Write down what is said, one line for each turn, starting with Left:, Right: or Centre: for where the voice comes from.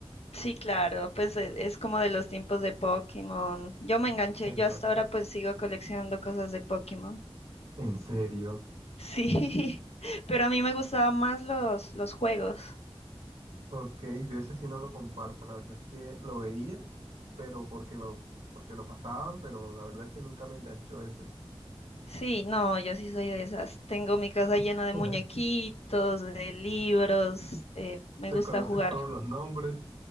Left: Sí, claro, pues e- es como de los tiempos de Pokémon. Yo me enganché,
Right: Exacto.
Left: yo hasta ahora pues sigo coleccionando cosas de Pokémon.
Right: ¿En serio?
Left: Sí, <laughs> pero a mí me gustaban más los, los juegos.
Right: Ok, yo ese sí no lo comparto, la verdad es que lo veía, pero porque lo, porque lo pasaban, pero la verdad es que nunca me enganchó ese.
Left: Sí, no, yo sí soy de esas. Tengo mi casa
Right: <laughs>
Left: llena de muñequitos, de libros, eh, me
Right: Te
Left: gusta
Right: conoces
Left: jugar.
Right: todos los nombres.